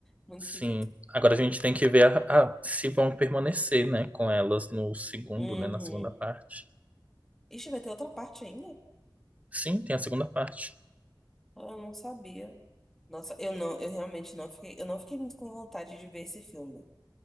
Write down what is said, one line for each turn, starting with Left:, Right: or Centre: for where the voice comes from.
Centre: Muito
Right: Sim.
Centre: esquisito.
Right: Agora a gente tem que ver a- a- se vão permanecer, né, com elas no segundo,
Centre: Uhum.
Right: né, na segunda parte.
Centre: Ixi, vai ter outra parte ainda?
Right: Sim, tem a segunda parte,
Centre: Ah, Eu não sabia. Nossa, eu não, eu realmente não fiquei, eu não fiquei muito com vontade de ver esse filme.